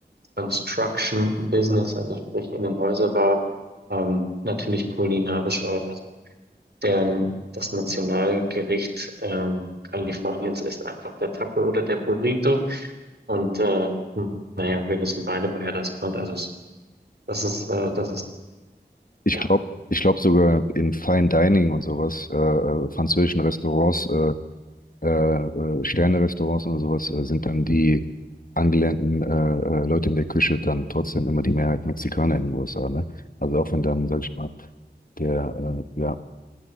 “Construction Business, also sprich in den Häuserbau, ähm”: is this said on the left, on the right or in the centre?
Right